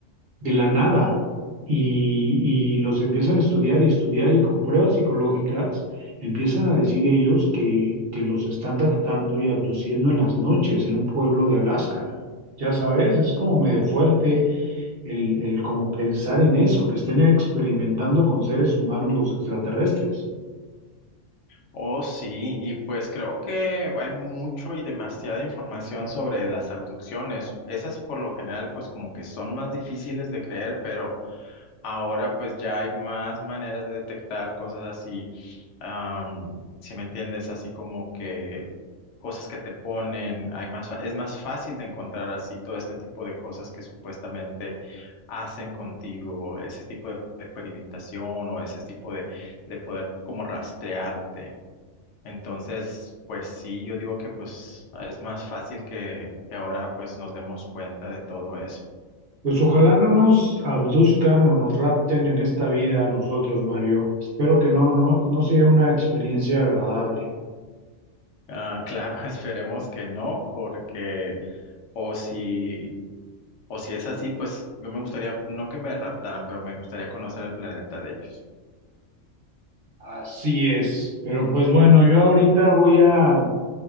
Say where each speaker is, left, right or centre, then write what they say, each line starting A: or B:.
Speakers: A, on the right; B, on the left.
A: de la nada y, y los empiezan a estudiar y estudiar y con pruebas psicológicas empiezan a decir ellos que, que los están raptando y abduciendo en las noches en un pueblo de Alaska. Ya sabes, es como medio fuerte el, el como pensar en eso, que estén experimentando con seres humanos los extraterrestres.
B: Oh, sí, y pues creo que hay mucho y demasiada información sobre las abducciones. Esas por lo general pues como que son más difíciles de creer, pero... Ahora pues ya hay más maneras de detectar cosas así, am, si me entiendes, así como que cosas que te ponen, hay más, fa- es más fácil de encontrar así todo este tipo de cosas que supuestamente hacen contigo, ese tipo de experimentación o ese tipo de, de poder como rastrearte. Entonces, pues sí, yo digo que pues es más fácil que, que ahora pues nos demos cuenta de todo eso.
A: Pues ojalá no nos abduzcan o nos rapten en esta vida a nosotros, Mario. Espero que no, no, no sea una experiencia agradable.
B: Ah, claro, <laughs> esperemos que no, porque O si, o si es así, pues yo me gustaría, no que me raptaran, pero me gustaría conocer el planeta de ellos.
A: Así es. Pero pues bueno, yo ahorita voy a,